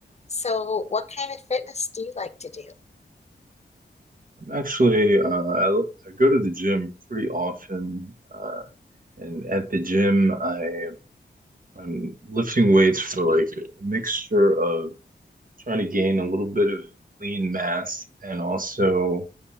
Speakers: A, on the left (about 35°); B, on the right (about 45°).
A: So, what kind of fitness do you like to do?
B: I'm actually, uh, I, I go to the gym pretty often, uh, and at the gym, I I'm lifting weights for like a mixture of trying to gain a little bit of lean mass and also